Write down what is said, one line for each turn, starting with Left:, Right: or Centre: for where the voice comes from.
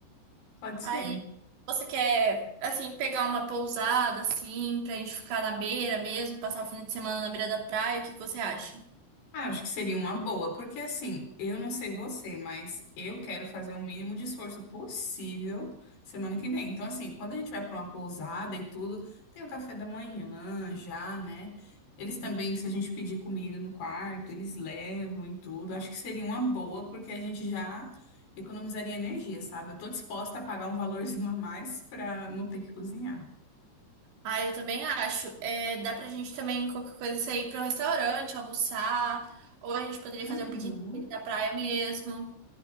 Left: pode ser.
Right: Aí você quer, assim, pegar uma pousada, assim, pra gente ficar na beira mesmo, passar o fim de semana na beira da praia, o que que você acha?
Left: Ah, acho que seria uma boa, porque assim, eu não sei você, mas eu quero fazer o mínimo de esforço possível semana que vem. Então, assim, quando a gente vai para uma pousada e tudo, tem o café da manhã já, né? Eles também, se a gente pedir comida no quarto, eles levam e tudo. Acho que seria uma boa, porque a gente já economizaria energia, sabe? Eu tô disposta a pagar um valorzinho a mais para não ter que cozinhar.
Right: Ah, eu também acho. É, dá pra gente também, qualquer coisa, sair pra um restaurante, almoçar, ou a gente poderia
Left: Uhum.
Right: fazer um piquenique na praia mesmo.